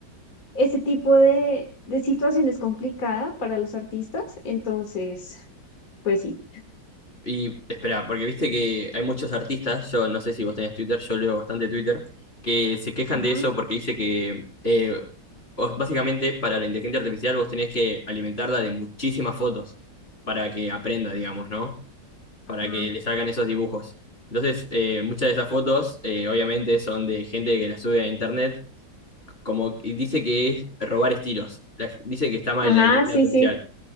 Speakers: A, on the left; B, on the left.
A: ese tipo de, de situación es complicada para los artistas, entonces, pues sí.
B: Y espera, porque viste que hay muchos artistas, yo no sé si vos tenés Twitter, yo leo bastante Twitter, que se quejan
A: Ajá,
B: de eso porque dice que eh, vos- básicamente para la inteligencia artificial vos tenés que alimentarla de muchísimas fotos para que aprenda, digamos, ¿no? Para
A: ajá.
B: que le salgan esos dibujos. Entonces, eh, muchas de esas fotos eh, obviamente son de gente que las sube a internet como y dice que es robar estilos. La- dice que está mal
A: Ajá,
B: la inteligencia
A: sí,
B: artificial.
A: sí,